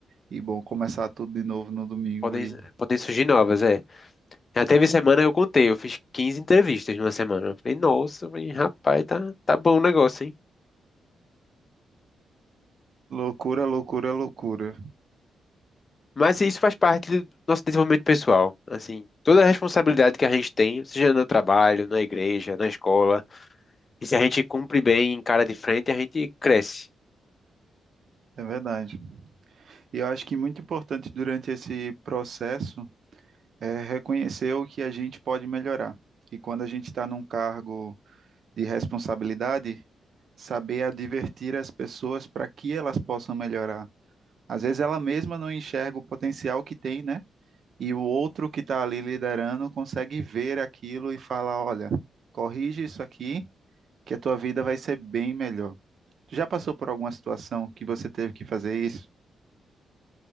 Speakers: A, on the right; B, on the left.
A: e bom, começar tudo de novo no domingo
B: Podem,
A: e
B: podem surgir novas, é. Já teve semana que eu contei, eu fiz 15 entrevistas numa semana. Eu falei, nossa, eu falei, rapaz, tá, tá bom o negócio, hein?
A: loucura, loucura, loucura.
B: Mas isso faz parte do nosso desenvolvimento pessoal. Assim, toda a responsabilidade que a gente tem, seja no trabalho, na igreja, na escola, e se a gente cumpre bem, encara de frente, a gente cresce.
A: É verdade. E eu acho que muito importante durante esse processo é reconhecer o que a gente pode melhorar. E quando a gente está num cargo de responsabilidade, saber advertir as pessoas para que elas possam melhorar. Às vezes ela mesma não enxerga o potencial que tem, né? E o outro que está ali liderando consegue ver aquilo e fala, olha, corrige isso aqui, que a tua vida vai ser bem melhor. Tu já passou por alguma situação que você teve que fazer isso?